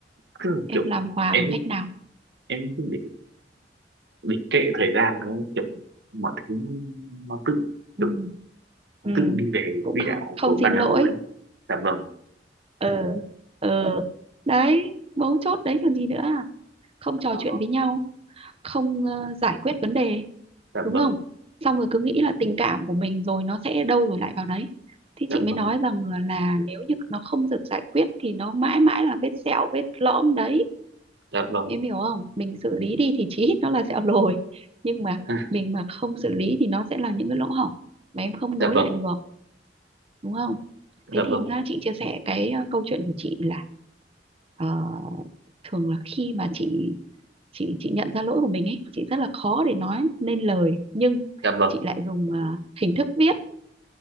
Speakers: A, on the right; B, on the right.
A: cứ
B: em
A: kiểu
B: làm hòa
A: em
B: bằng cách nào
A: em cứ để để kệ thời gian đấy kiểu mọi thứ nó tự
B: ừ
A: kiểu
B: ừ
A: tự đi về
B: cũng
A: quỹ
B: không
A: đạo
B: không
A: của
B: xin
A: ban
B: lỗi
A: đầu ấy dạ vâng
B: ừ ừ đấy mấu chốt đấy còn gì nữa à không trò
A: ờ,
B: chuyện với nhau không ờ, giải quyết vấn đề
A: dạ
B: đúng
A: vâng
B: không xong rồi cứ nghĩ là tình cảm của mình rồi nó sẽ đâu rồi lại vào đấy thì
A: dạ
B: chị mới
A: vâng
B: nói rằng là nếu như nó không được giải quyết thì nó mãi mãi là vết sẹo vết lõm đấy
A: dạ vâng
B: em hiểu không mình xử lý đi thì chí ít nó là sẹo <laughs> rồi nhưng mà
A: <laughs>
B: mình mà không xử lý thì nó sẽ là những cái lỗ hổng mà em không nối
A: dạ vâng
B: lại được đúng không
A: dạ
B: thế
A: vâng
B: thì nhá chị chia sẻ cái ờ, câu chuyện của chị là ờ, thường là khi mà chị chị chị nhận ra lỗi của mình ấy chị rất là khó để nói nên lời nhưng
A: dạ vâng
B: chị lại dùng ờ, hình thức viết